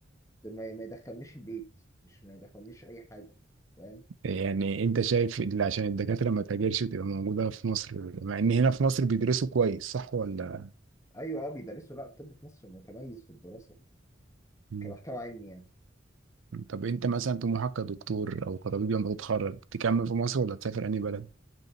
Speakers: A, on the left; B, on the right.
A: دول ما ما يدخلنيش البيت مش ما يدخلنيش اي حاجه فاهم
B: يعني انت شايف اللي عشان الدكاترة ما تهاجرش وتبقى موجودة في مصر مع ان هنا في مصر بيدرسوا كويس صح ولا
A: ايوه اه بيدرسوا لا الطب في مصر متميز في الدراسه
B: مم.
A: كمحتوى علمي يعني
B: طب انت مثلا طموحك كدكتور او كطبيب لما تتخرج تكمل في مصر ولا تسافر اي بلد